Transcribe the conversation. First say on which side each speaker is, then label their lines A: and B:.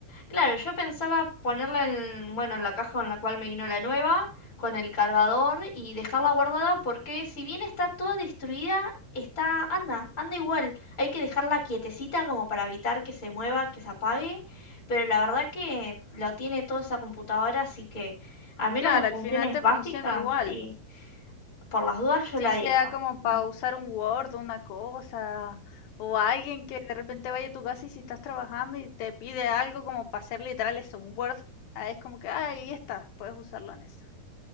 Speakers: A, on the left (about 20°); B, on the left (about 70°).
A: Claro, yo pensaba ponerla en, bueno, en la caja en la cual me vino la nueva, con el cargador y dejarla guardada porque si bien está toda destruida, está, anda, anda igual. Hay que dejarla quietecita como para evitar que se mueva, que se apague, pero la verdad que lo tiene toda esa computadora, así que al menos
B: Claro,
A: las funciones
B: al final te
A: básicas,
B: funciona igual.
A: sí. Por las dudas yo
B: Si
A: la dejo.
B: sea como para
A: Mm.
B: usar un Word, una cosa, o alguien que de repente vaya a tu casa y si estás trabajando y te pide algo como para hacer literal eso, un Word, ah, es como que ah, ahí está, puedes usarlo en eso,